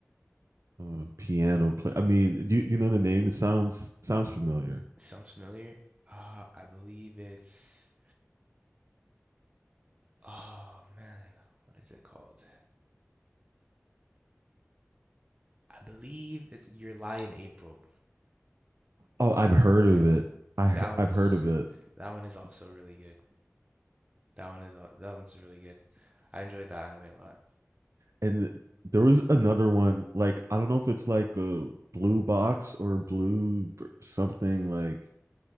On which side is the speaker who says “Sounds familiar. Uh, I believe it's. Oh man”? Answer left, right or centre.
Right